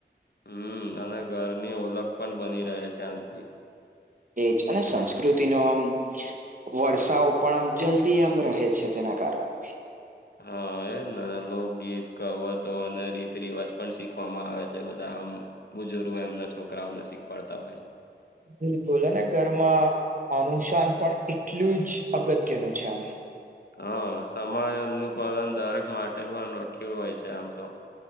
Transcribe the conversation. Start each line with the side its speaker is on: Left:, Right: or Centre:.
Left: હમ્મ અને ઘરની ઓલખ પણ બની રહે છે આથી
Right: એજ અને સંસ્કૃતિ નું આમ વરસાઓ પણ આમ જલ્દી આમ રહે છે તેના કારણે
Left: હા એ લોકગીત કવતો અને રીતિ રિવાજ પણ શીખવામાં આવે છે બધા આમ બુજુર્ગો એમના છોકરાઓને શીખવાડતા હોય છે.
Right: બિલકુલ અને ઘરમાં અનુસાન પણ એટલું જ અગત્યનું છે આમ
Left: હા સમાય નનું પાલન દરેક માટે પણ રાખ્યું હોય છે આમ તો